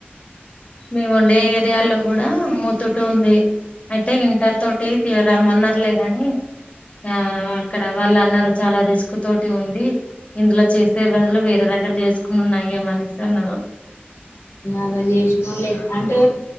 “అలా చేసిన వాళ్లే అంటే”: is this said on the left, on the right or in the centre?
Left